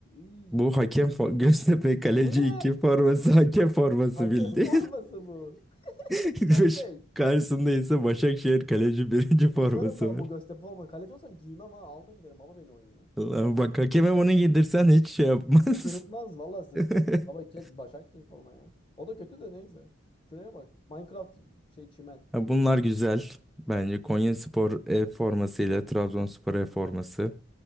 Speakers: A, on the left; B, in the centre.
A: iy.
B: Bu hakem fo- <laughs> Göztepe kaleci
A: Bu ne?
B: 2 forması hakem forması
A: Hakem
B: bildi.
A: forması bu.
B: <laughs>
A: Çok
B: Beş-
A: leş.
B: Karşısında ise Başakşehir kaleci birinci forması
A: Kusarım ben
B: var.
A: bu Göztepe forması. Kaleci olsam giymem ha. Almayın derim. Baba beni oynuyor.
B: Allah'ım bak hakeme bunu giydirsen hiç şey yapmaz.
A: Sırıtmaz. Vallahi sırıtmaz.
B: <laughs>
A: Baba chat Başakşehir forma ya. O da kötü de neyse. Şuraya bak. Minecraft şey çimen.
B: Ha, Bunlar güzel. Bence Konyaspor E formasıyla Trabzonspor E forması.